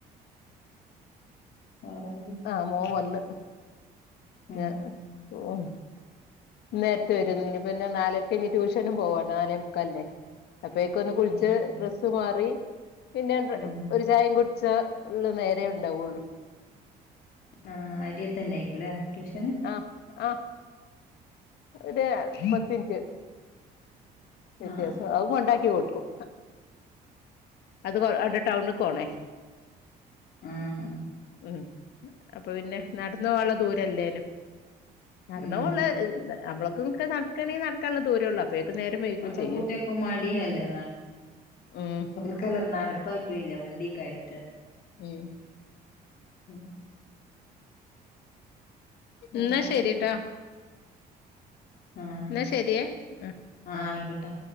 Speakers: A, on the left; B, on the left.
A: വേറെ ന്ത്
B: ആഹ് മോൻ വന്ന്
A: ഉം
B: ഞാ ഓഹ് ഇന്ന് നേരത്തെ വരും ഇനി പിന്നെ നാലരക്ക് ഇനി ട്യൂഷനും പോവാ നാലേ മുക്കാലിന് അപ്പേക്കൊന്ന് കുളിച്ച്
A: അത് ശരിയാ
B: ഡ്രസ്സ് മാറി പിന്നെ
A: ഉം
B: ഒരു ചായേം ഉച്ച ഉള്ള നേരെേ ഉണ്ടാവുള്ളൂ
A: ആഹ് അരിയ തന്നെ ആയിക്കൂല്ലേ ട്യൂഷന്
B: ആഹ് ആഹ് ഒര് പത്ത്റ്റ് വ്യത്യാസം
A: ആഹ്
B: അത് കൊണ്ടാക്കി കൊടുക്കും അത് കൊ അണ്ട് ടൗണക്ക് പോണേ
A: ആഹ്
B: ഉം അപ്പ പിന്നെ നടന്ന പോകാനുള്ള ദൂരല്ലേനും നടന്നാ
A: ഉം
B: പോവോള്ളു നമ്മളൊക്കെ നിക്ക നടക്കണെങ്കിൽ നട നടക്കാനുള്ള ദൂരം ഒള്ള് അപ്പഴേക്കും നേരം വൈയ്യക്കേ
A: ഇപ്പത്തെ
B: ചെയ്യും
A: കുട്ടിയക്ക് മടിയല്ലേ
B: ഉം
A: <unintelligible> നടപ്പായി പോയില്ലേ വണ്ടീ കാര്
B: ഉം
A: ഉം വേറെന്താ
B: ന്നാ ശരിട്ടാ
A: ആഹ്
B: എന്നാ
A: ആയിക്കോട്ടെ
B: ശരിയേ ആ
A: ആഹാ ആയിക്കോട്ട്